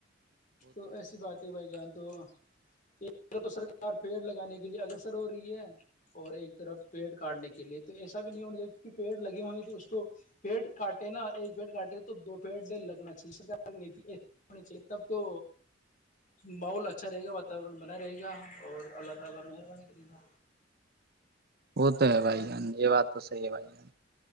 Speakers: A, on the left; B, on the right.
A: تو ایسی بات ہے بھائی جان تو ایک طرف تو سرکار پیڑ لگانے کے لیے اگگرسر ہو رہی ہے اور ایک طرف پیڑ کاٹنے کے لیے تو ایسا بھی نہیں ہونا چاہیے کیونکہ پیڑ لگے ہوئے ہیں تو اس کو پیڑ کاٹ ایک بیڈ کاٹے تو دوپہر سے لگنا چاہیے تب تو ماحول اچھا رہے گا بنا رہے گا اور اللہ تعالی مہربانی کر
B: وہ تو ہے بھائی جان یہ بات تو سی ہے بھائی جان